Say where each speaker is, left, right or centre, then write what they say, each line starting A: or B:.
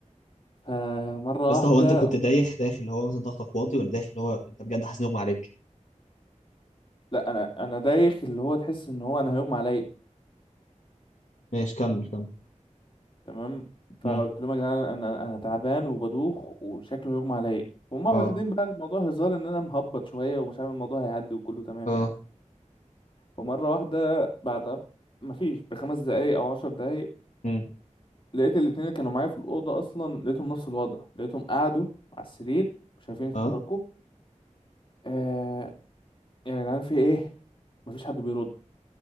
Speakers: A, on the left (about 40°); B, on the left (about 70°).
A: فمرة
B: يا اسطى
A: واحدة
B: هو انت كنت دايخ داخل اللي هو مثلا ضغطك واطي ولا داخل اللي هو انت بجد حاسس ان اغمى عليك
A: لا أنا أنا دايخ اللي هو تحس إن هو أنا هيغمى عليا
B: ماشي كمل كمل
A: تمام فقلت
B: امم
A: لهم يا جدعان أنا أنا تعبان وبدوخ وشكله هيغمى عليا وهم
B: اه
A: فاخدين بقى الموضوع هزار إن أنا مهبط شوية ومش عامل الموضوع هيعدي وكله تمام
B: اه
A: يعني فمرة واحدة بعد مفيش بخمس دقايق أو عشر دقايق
B: امم
A: لقيت الاتنين اللي كانوا معايا في الأوضة أصلا لقيتهم نفس الوضع لقيتهم قعدوا على السرير مش عارفين يتحركوا
B: اه
A: آه يعني يا جدعان في إيه؟ مفيش حد بيرد